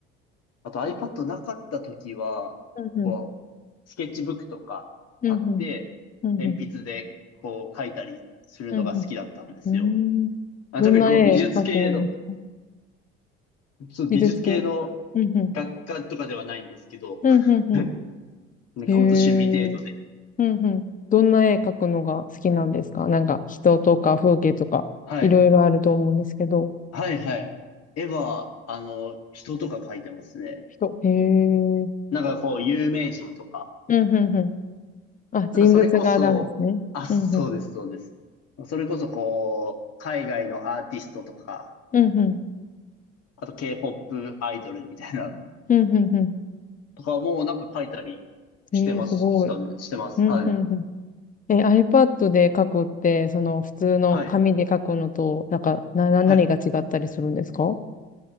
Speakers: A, on the left (about 50°); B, on the left (about 25°).
A: あと iPad なかった時は、
B: うんうん、
A: こう、スケッチブックとか買って、
B: うんうん、うんうん、
A: 鉛筆でこう描いたりするのが好きだったんですよ。
B: うんうん。うーん。
A: あ、
B: どんな絵描くんですか
A: 特にこう美術系の、ちょっと美術系の
B: 美術系。うんうん、
A: 学科とかではないんですけど、
B: うんうんうん。
A: <laughs> なんかほんと趣味程度で。
B: へえ、うんうん。どんな絵描くのが好きなんですかなんか人とか風景とか、
A: はい。
B: いろいろあると思うんですけど。
A: はいはい。絵は、あの、人とか描いてますね。
B: 人。へえ、うん
A: なんかこう、有名人とか。
B: うんうん。あ、人物画なんですね。
A: なんかそれこそ、あ、そうです、
B: うんうん。
A: そうです。それこそこう、海外のアーティストとか、
B: うんうん。
A: あと K-POP アイドルみたいなの
B: うんうんう
A: とかもなんか描いたりしてましたね、
B: ん。ええすごい。
A: してます。
B: うんうんうん。
A: はい。
B: え、iPad で書くって、その普通の紙で書くのと、
A: はい。
B: なんか、な、な何が違ったりするんですかう
A: はい。